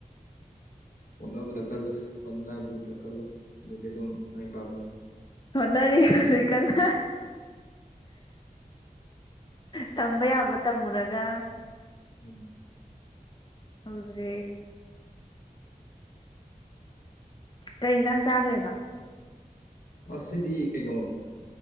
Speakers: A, on the left; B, on the left.
A: ꯀꯅꯥꯕꯨ ꯗꯀꯜꯨ ꯍꯅꯥꯕꯨ ꯗꯀꯜꯨꯗꯤ ꯑꯗꯨꯝ ꯃꯥꯏ ꯄꯥꯛꯀꯅꯤ
B: ꯍꯅꯔꯤꯁꯤ ꯀꯅ ꯇꯝꯕ ꯌꯥꯕ ꯇꯝꯃꯨꯔꯒ
A: ꯎꯝ
B: ꯍ‌ꯦ ꯀꯩ ꯌꯦꯟꯁꯥꯡ ꯆꯥꯈ꯭ꯔꯦꯕ
A: ꯑꯁꯗꯤ ꯀꯩꯅꯣ